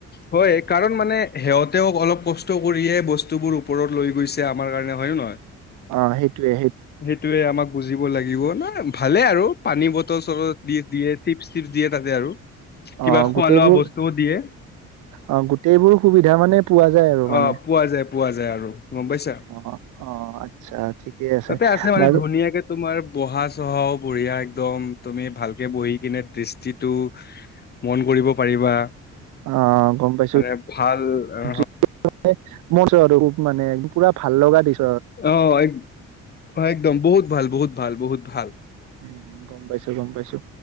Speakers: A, on the left (about 35°); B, on the right (about 80°).
A: হয় কাৰণ মানে সিহঁতেও অলপ কষ্ট কৰিয়েই বস্তু বস্তুবোৰ ওপৰত লৈ গৈছে আমাৰ কাৰণে হয় নে নহয়।
B: অ সেইটোৱেই।
A: সেইটোৱেই আমাক বুজিব লাগিব ন ভালে আৰু পানী বটল-চটল দি দিয়ে চিপছ চিপছ দিয়ে তাতে আৰু
B: অ
A: কিবা খোৱা
B: গোটেইবোৰ
A: লোৱা বস্তুও দিয়ে
B: অ গোটেইবোৰ সুবিধা মানে পোৱা যায় আৰু মানে
A: আহ পোৱা যায় পোৱা যায় আৰু গম পাইছা।
B: অ অ আচ্ছা ঠিকে
A: তাতে আছে মানে
B: বাৰু
A: ধুনীয়াকে তোমাৰ বহা-চহাও বঢ়িয়া একদম। তুমি ভালকে বহি কিনে দৃষ্টিটো মন কৰিব পাৰিবা।
B: অ গম পাইছোঁ।
A: মানে ভাল অ
B: <unintelligible> মোৰ চ আৰু মানে পুৰা ভাল লগা দৃশ্য।
A: অ এক একদম বহুত ভাল বহুত ভাল বহুত ভাল।
B: উম গম পাইছো গম পাইছো